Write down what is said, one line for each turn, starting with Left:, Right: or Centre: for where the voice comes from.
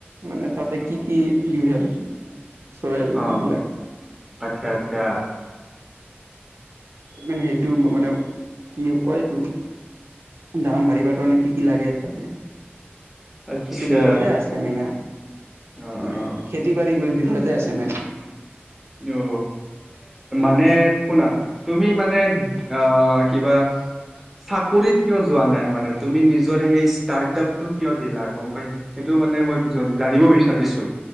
Right: মানে তাতে কি কি ইউজ হয় চয়েল
Centre: অ
Right: এইবিলাক-
Centre: আচ্ছা আচ্ছা
Right: মানে সেইটো মানে কি কয় এইটো- দামান বাঢ়িব কাৰণে কি কি লাগে তাতে
Centre: আচ্ছা
Right: সটো বিষয়তে আছে আমিনা
Centre: অ
Right: মানে
Centre: অ
Right: খেতি বাৰী ঘৰতে আছে মেট
Centre: অ মানে শুনা তুমি মানে অ কিবা চাকৰিত কিয় যোৱা নাই মানে তুমি যিজেই নিজৰ সেই ষ্টাৰ্ট আপটো কিয় দিলা গম পাইছ সেইটো মানে মই জানিব বিচাৰিছোঁ।